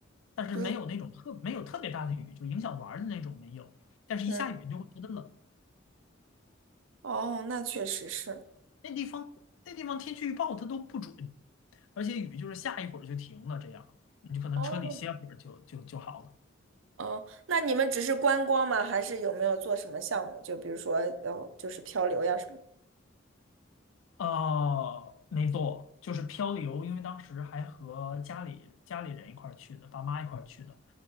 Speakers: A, on the left; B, on the right.
A: 但是没有那种特没有特别大的雨，
B: 对，
A: 就影响玩儿的那种没有。但是一下雨你就会觉得冷，
B: 嗯，哦，那确实是。
A: 那地方那地方天气预报它都不准，而且雨就是下一会儿就停了，这样你就可能车里歇会儿就就就好了。
B: 哦哦，那你们只是观光吗？还是有没有做什么项目？就比如说，哦，就是漂流呀什么的。
A: 呃，没错，就是漂流，因为当时还和家里家里人一块儿去的，爸妈一块儿去的，